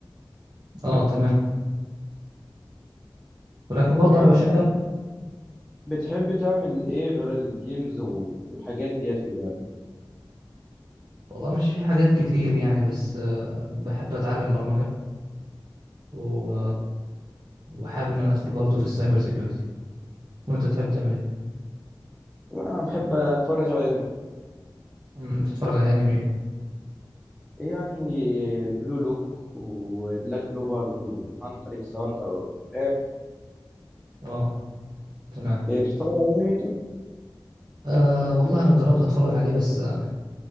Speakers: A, on the right (about 60°); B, in the centre.
A: اه تمام ولكن برضه
B: إيه
A: انا
B: بتحب
A: بشجع
B: بتحب تعمل ايه غير الجيمز والحاجات ديت كده يعني
A: والله مش في حاجات كتير يعني بس آه، بحب اتعلم برمجة و... وحابب ان انا ادخل برضه في السايبر سيكيورتي وانت بتحب تعمل ايه
B: انا بحب اتفرج على انمي
A: مم، بتتفرج على انمي إيه؟
B: يعني بلو لوك وبلاك كلوفر وهانتر اكس هانتر فاهم
A: اه تمام
B: إيه، بتتفرج على انمي انت
A: آه والله انا جربت اتفرج عليه بس آه